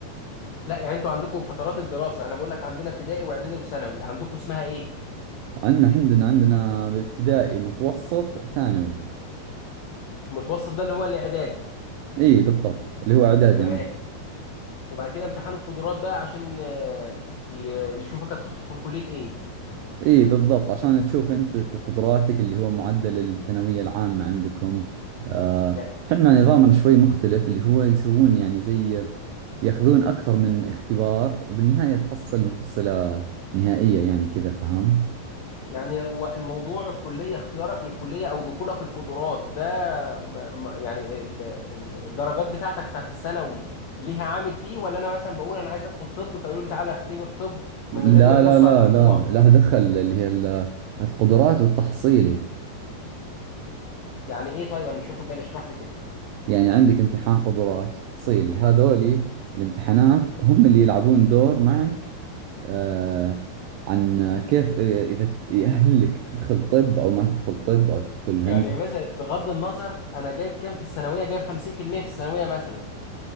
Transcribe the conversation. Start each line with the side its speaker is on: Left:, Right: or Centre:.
Left: لا يعني أنتوا عندكم فترات الدراسة أنا بقول لك عندنا ابتدائي وإعدادي وثانوي عندكم اسمها إيه
Right: عندنا عندنا عندنا ابتدائي متوسط ثانوي
Left: المتوسط ده اللي هو الإعدادي
Right: اي بالضبط اللي هو اعدادي
Left: تمام
Right: عندنا
Left: وبعد كده امتحان القدرات بقى عشان آه، ي- يشوفك هتدخل كلية إيه
Right: اي بالضبط عشان تشوف انت ت- قدراتك اللي هو معدل الثانوية العامة عندكم آه،
Left: يعني
Right: احنا نظامنا شوي مختلف اللي هو يسوون يعني زي ياخذون أكثر من اختبار وبالنهاية تحصل محصلة نهائية يعني كذا فهمت؟
Left: يعني هو الموضوع الكلية اختيارك للكلية أو دخولك القدرات ده م- م- يعني ال- ال- الدرجات بتاعتك بتاعت الثانوي ليها عامل فيه ولا أنا مثلا بقول أنا عايز أدخل طب فيقولوا لي تعالى اختبر طب
Right: لا
Left: من غير ما يبصوا
Right: لا لا
Left: على المجموع
Right: لا لها دخل اللي هي ال- القدرات والتحصيلي
Left: يعني إيه طيب أنا مش واخد بالي اشرح لي كده
Right: يعني عندك امتحان قدرات وتحصيلي هذولي الامتحانات هم اللي يلعبون دور معك آه عن كيف آه، إذا ت- يأهلك تدخل طب أو ما تدخل طب أو تدخل
Left: يعني
Right: هندسة
Left: مثلا بغض النظر أنا جايب كام في الثانوية جايب 50% في المية في الثانوية مثلا